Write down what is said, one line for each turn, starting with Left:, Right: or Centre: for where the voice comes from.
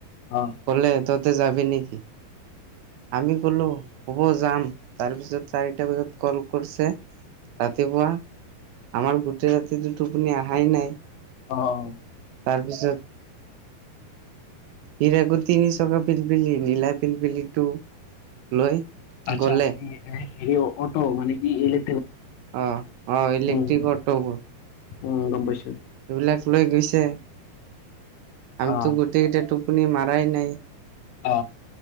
Left: অ
Right: কলে ততে যাবি নেকি? আমি কলো হব যাম তাৰপিছত চাৰিটা বজাত কল কৰিছে ৰাতিপুৱা আমাৰ গোটেই ৰাতিতটো টোপনি অহাই নাই
Left: অ অ
Right: তাৰপিছত হিকো তিনি চকা পিলপিলি নীলা পিলপিলিটো লৈ
Left: আচ্ছা
Right: গ'লে
Left: হৰি অট মানে কি এলে
Right: অ অ ইলেক্ট্ৰিক
Left: উম
Right: অটোবোৰ
Left: উম গমপাইছোঁ-
Right: এইবিলাক লৈ গৈছে আমটো
Left: অ
Right: গোটেইকেইটটো শুনি মাৰাই নাই
Left: অ